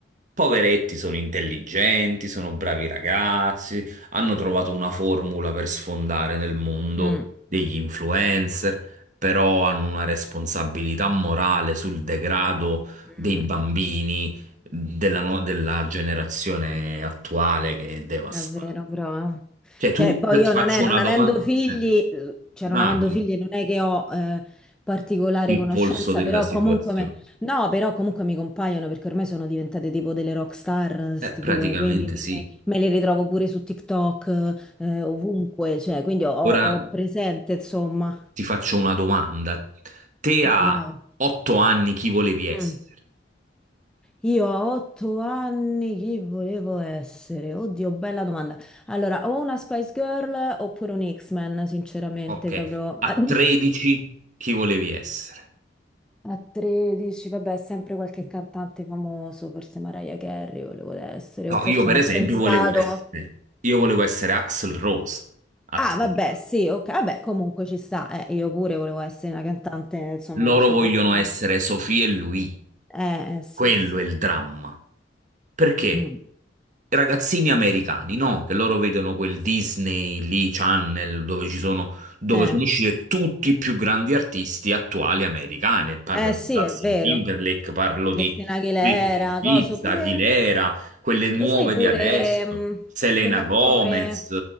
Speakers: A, on the right; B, in the centre.
A: poveretti, sono intelligenti, sono bravi ragazzi, hanno trovato una formula per sfondare nel mondo
B: Mm,
A: degli influencer, però hanno una responsabilità morale sul degrado
B: mm,
A: dei bambini della, no- della generazione attuale che è devastante.
B: davvero, però. eh.
A: Cioè, tu
B: Cioè, poi
A: ti
B: io
A: faccio
B: non è, non
A: una
B: avendo
A: domanda.
B: figli,
A: eh,
B: eh, cioè non
A: Ah,
B: avendo
A: quindi
B: figli non è che ho eh, particolare
A: il
B: conoscenza,
A: polso della
B: però
A: situazione.
B: comunque, me- no, però comunque mi compaiono perché ormai sono diventate tipo delle rock star,
A: Eh,
B: sti
A: praticamente
B: due, quindi me,
A: sì.
B: me- me le ritrovo pure su TikTok, eh, ovunque, cioè, quindi ho, ho
A: Ora.
B: presente, insomma.
A: Ti faccio una domanda. Te a
B: Vai.
A: 8 anni chi volevi essere?
B: Mm. Io a otto anni chi volevo essere? Oddio, bella domanda. Allora, o una Spice Girl oppure un X-Men, sinceramente,
A: Ok,
B: proprio.
A: a
B: <laughs> A
A: 13 chi volevi essere?
B: a 13, vabbè, sempre qualche cantante famoso, forse Mariah Carey volevo essere,
A: No,
B: o forse
A: io per
B: uno
A: esempio
B: scienziato.
A: volevo essere, io volevo essere Axl Rose a
B: Ah,
A: 13.
B: vabbè, sì, ok, vabbè, comunque ci sta. Eh, io pure volevo essere una cantante, insomma,
A: Loro
B: una superstar.
A: vogliono essere Sofì e lui.
B: Eh, eh, sì,
A: Quello
B: sì.
A: è il dramma. Perché
B: Mm,
A: i ragazzini americani, no? Che loro vedono quel Disney lì, Channel, dove ci sono, dove
B: sì.
A: sono usciti tutti i più grandi artisti attuali americani. Parlo
B: Eh,
A: di
B: sì,
A: Justin
B: è vero.
A: Timberlake, parlo
B: Cristina
A: di
B: Aguilera,
A: Britney Spears,
B: coso, pure...
A: Aguilera, quelle nuove
B: Lo sai pure,
A: di adesso,
B: mh,
A: Selena
B: quell'attore...
A: Gomez,